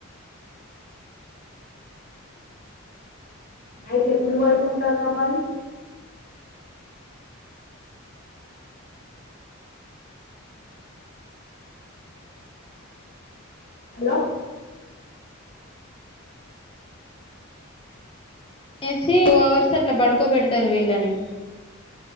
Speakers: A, on the left; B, on the left.
A: అయితే ఎప్పుడు పడుకుంటావు అత్తమ్మా అది. హలో
B: ఎస్సీ టూ అవర్స్ అట్లా పడుకోబెడతారు వీళ్ళని.